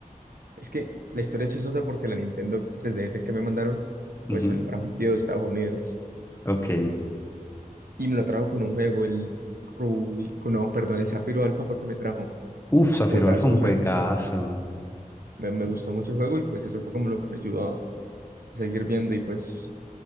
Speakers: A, on the right; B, on the left.
A: Es que la historia es chistosa porque la Nintendo 3DS que me mandaron,
B: Ujú,
A: pues me la trajo un tío de Estados Unidos.
B: Ok.
A: y me lo trajo con un juego, el Rubí, no, perdón, el Zafiro Alfa fue el que me trajo.
B: Uf, Zafiro
A: Juegazo,
B: Alfa, un
A: me,
B: juegazo.
A: me, me gustó mucho el juego y pues eso fue como lo que me ayudó a a seguir viendo y pues